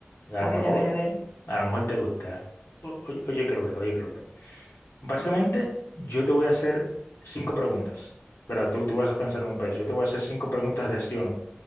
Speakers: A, on the left; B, on the left.
A: A
B: a
A: lo mejor,
B: ver, a ver, a ver.
A: a lo mejor te gusta. O- oye, oye que lo ve, oye que lo ve. Básicamente, yo te voy a hacer cinco preguntas, ¿verdad? Tú, tú vas a pensar en un país, yo te voy a hacer cinco preguntas de sí o no.